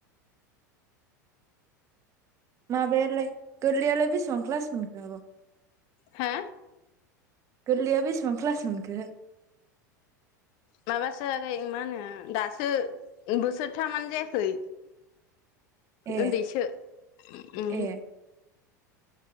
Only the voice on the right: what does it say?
माबायालाय गोरलैयालाय बेसेबां क्लास मोनखो आब'?
गोरलैया बेसेबां क्लास मोनखो?
ए
ए